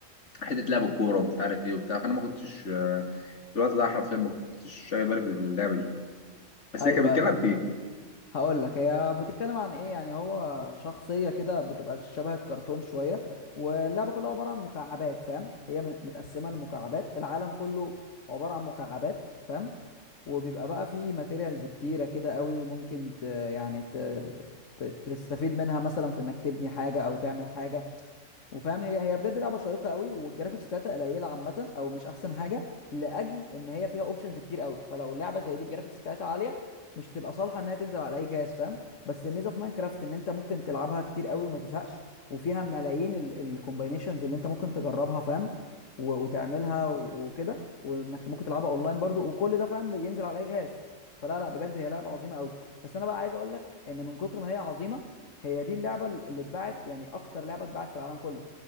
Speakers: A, on the left; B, on the left.
A: حته لعب الكوره ومش عارف ايه وبتاع فانا ما كنتش آه، في الوقت ده حرفيا ما كنتش شايل بالي باللعبه دي بس
B: ايوه
A: هي كانت بتتكلم في ايه؟
B: هقول لك هي بتتكلم عن ايه يعني هو شخصية كده بتبقى شبه الكرتون شوية واللعبة كلها عبارة عن مكعبات فاهم هي مت- متقسمة لمكعبات العالم كله عبارة عن مكعبات فاهم وبيبقى بقى فيه ماتيريالز كتيرة كده قوي ممكن ت... يعني ت... ت... تستفيد منها مثلا في انك تبني حاجة او تعمل حاجة وفاهم هي هي بجد لعبه شيقه قوي والجرافيكس بتاعتها قليله عامه او مش احسن حاجه لاجل ان هي فيها اوبشنز كتير قوي فلو لعبه زي دي الجرافيكس بتاعتها عاليه مش تبقى صالحه انها تنزل على اي جهاز فاهم بس الميزه في ماينكرافت ان انت ممكن تلعبها كتير قوي وما تزهقش وفيها ملايين الكومباينيشنز اللي انت ممكن تجربها فاهم و- وتعملها وكده وانك ممكن تلعبها اونلاين برضو وكل ده فاهم ينزل على اي جهاز فلا لا بجد هي لعبه عظيمه قوي بس انا بقى عايز اقول لك ان من كتر ما هي عظيمه هي دي اللعبه اللي اتباعت يعني اكتر لعبه اتباعت في العالم كله